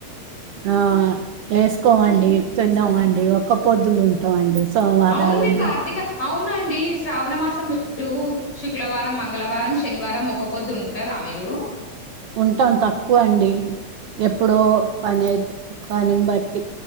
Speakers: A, on the right; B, on the left.
A: ఆ వేసుకోమండి తిన్నమండి ఒక్క పొద్దులు ఉంటాం అండి సోమవారాలు
B: అవును మీరు
A: మం
B: కార్తీక అవునండి శ్రావణ <unintelligible> శుక్లవారం మంగళవారం శనివారం ఒక్క పొద్దు ఉంటారా మీరు
A: ఉంటాం తక్కువ అండి ఎప్పుడో పని ఐతే పనిని బట్టి